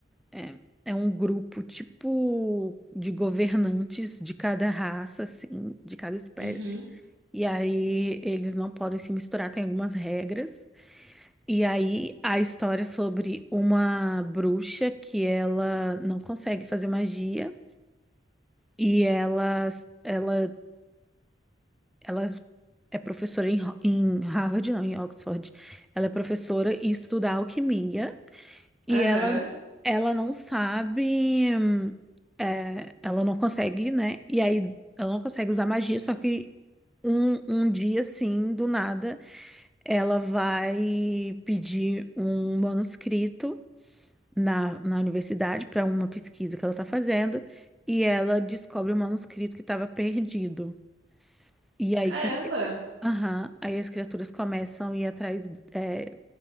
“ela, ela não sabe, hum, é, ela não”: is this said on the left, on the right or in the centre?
Centre